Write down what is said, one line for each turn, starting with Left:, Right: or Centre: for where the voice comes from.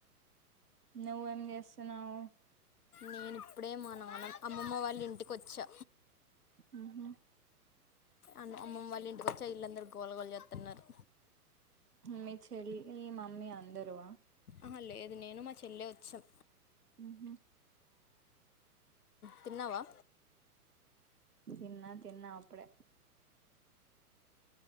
Right: నువ్ ఏం చేస్తుస్తున్నావు
Left: నేను ఇప్పుడే మా నాన్న అమ్మమ్మ వాళ్ళ ఇంటికి వచ్చా
Right: ఉహు
Left: అమ్మమ్మ వాళ్ళ ఇచ్చా ఇల్ళందరు గోలగోల చేస్తున్నారు
Right: మీ చెల్లి మమ్మీ అందరు ఆ
Left: ఆహా లేదు నేను మా చెల్లె వచ్చాం
Right: మ్మ్ హ్మ్
Left: తిన్నావా
Right: తిన్న తిన్న అప్పుడే